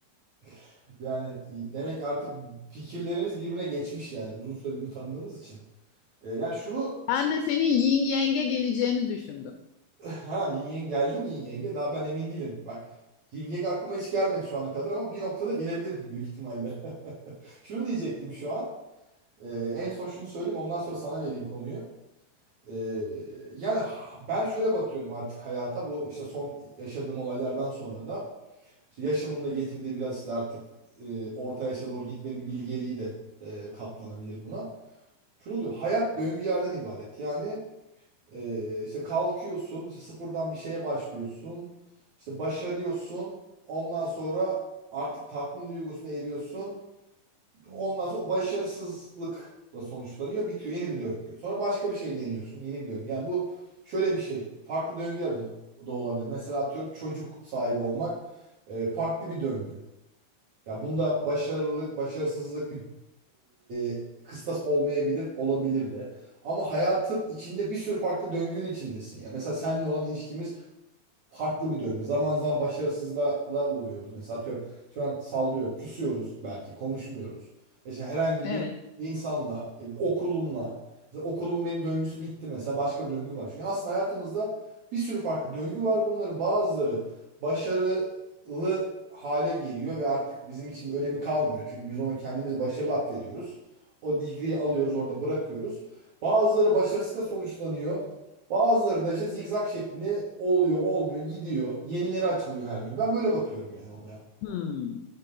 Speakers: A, on the right (about 60°); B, on the left (about 85°).
A: <laughs> yani demek ki artık fikirlerimiz birbirine geçmiş yani uzun süredir birbirini tanıdığımız için. Ee, yani şunu
B: Ben de senin yin yenge geleceğini düşündüm.
A: <laughs> ha yin yang geldi mi yin yenge? Daha ben emin değilim. Bak yin yang aklıma hiç gelmedi şu ana kadar ama bir noktada gelebilirdim büyük ihtimalle. <laughs> Şunu diyecektim şu an. Ee, en son şunu söyleyeyim ondan sonra sana vereyim konuyu. Ee, yani ha- ben şöyle bakıyorum artık hayata bu işte son yaşadığım olaylardan sonra da işte yaşımın da getirdiği biraz işte artık e, orta yaşa doğru gitmenin bilgeliği de e, katlanabilir buna. Şunu diyor hayat döngülerden ibaret. Yani e, işte kalkıyorsun işte sıfırdan bir şeye başlıyorsun işte başarıyorsun ondan sonra artık tatmin duygusuna eriyorsun. Ondan sonra o başarısızlıkla sonuçlanıyor. Bitiyor. Yeni bir döngü. Sonra başka bir şey deniyorsun. Yeni bir döngü. Yani bu şöyle bir şey. Farklı döngüler mesela da olabilir. Mesela atıyorum çocuk sahibi olmak e, farklı bir döngü. Ya bunda başarılılık, başarısızlık bir e, kıstas olmayabilir, olabilir de. Ama hayatın içinde bir sürü farklı döngünün içindesin ya. Mesela seninle olan ilişkimiz farklı bir döngü. Zaman zaman başarısızlığa uğruyoruz. Mesela atıyorum şu an sallıyorum. Küsüyoruz belki konuşmuyoruz. İşte herhangi
B: Evet.
A: bir insanla, e, bir okulunla. Mesela okulumun benim döngüsü bitti mesela başka bir döngü başlıyor. Yani aslında hayatımızda bir sürü farklı döngü var. Bunların bazıları başarılı hale geliyor ve artık bizim için bir önemi kalmıyor. Çünkü biz ona kendimizi başarılı atfediyoruz. O degree'yi alıyoruz orada bırakıyoruz. Bazıları başarısızlıkla sonuçlanıyor. Bazıları da işte zigzag şeklinde oluyor, olmuyor, gidiyor. Yenileri açılıyor her gün. Ben böyle bakıyorum yani olaya.
B: Hmm,